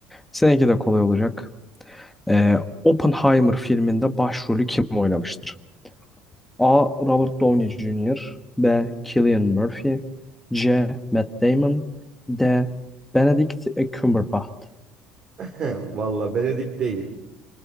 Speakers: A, in the centre; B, on the right (about 30°).
A: Seninki de kolay olacak. Ee, Oppenheimer filminde başrolü kim oynamıştır? A. Robert Downey Jr. B. Cillian Murphy C. Matt Damon D. Benedict Cumberbatch
B: <laughs> Valla Benedict değil.